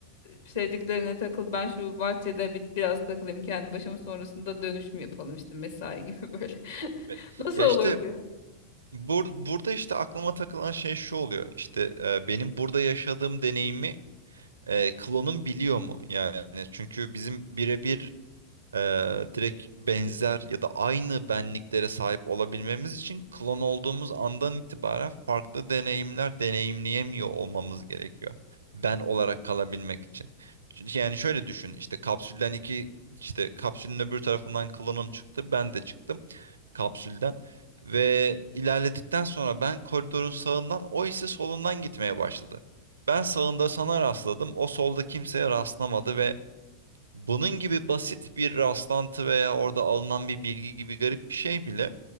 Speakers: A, on the left (about 60°); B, on the right (about 70°).
A: e, sevdiklerine takıl ben şu bahçede bir, biraz takılayım kendi başıma sonrasında dönüşüm yapalım işte mesai gibi <laughs> böyle. <laughs>
B: Değil mi?
A: Nasıl
B: Ya
A: olurdu
B: işte
A: ya?
B: bur burada işte aklıma takılan şey şu oluyor. İşte e, benim burada yaşadığım deneyimi e, klonum biliyor mu? Yani çünkü bizim birebir eee, direkt benzer ya da aynı benliklere sahip olabilmemiz için klon olduğumuz andan itibaren farklı deneyimler deneyimleyemiyor olmamız gerekiyor. Ben olarak kalabilmek için. Çünkü Yani şöyle düşün işte kapsülden iki işte kapsülün öbür tarafından klonum çıktı ben de çıktım kapsülden. Ve ilerledikten sonra ben koridorun sağından o ise solundan gitmeye başladı. Ben sağında sana rastladım o solda kimseye rastlamadı ve bunun gibi basit bir rastlantı veya orada alınan bir bilgi gibi garip bir şey bile